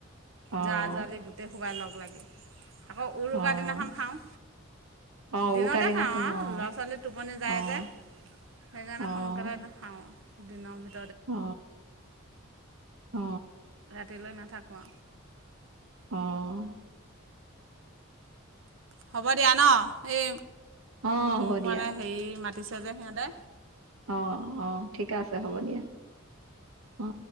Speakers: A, on the right; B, on the right.
A: অ',
B: জা জালি গোটেই সোবাই লগ লাগি আকৌ উৰুকাৰ
A: অ',
B: দিনাখন খাওঁ।
A: অ',
B: দিনতে
A: উৰুকা দিনাখন
B: খাওঁ আৰু
A: অ'।
B: ল'ৰা ছোৱালী টোপনি যায়
A: অ',
B: যে। সেইকাৰণে
A: অ',
B: সোনকালে খাওঁ দিনৰ ভিতৰত।
A: অ অ।
B: ৰাতিলৈ নাথাকোঁ।
A: আহ।
B: হ'ব দিয়া ন এই
A: অ হ'ব
B: মোক
A: দিয়া
B: মানে হেৰি মাতিছে যে সিহঁতে।
A: অ অ ঠিকে আছে হ'ব দিয়া অ।